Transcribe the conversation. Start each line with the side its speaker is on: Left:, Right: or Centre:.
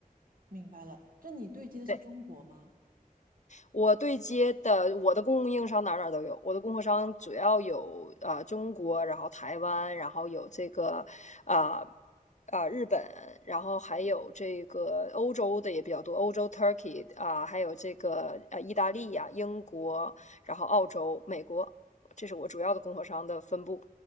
Right: 明白了，这你对接的是中国吗？
Left: 对。我对接的我的供应商哪哪都有，我的供货商主要有啊中国，然后台湾，然后有这个啊啊、呃呃日本，然后还有这个欧洲的也比较多，欧洲 Turkey 啊、呃还有这个啊意大利呀、英国，然后澳洲、美国，这是我主要的供货商的分布。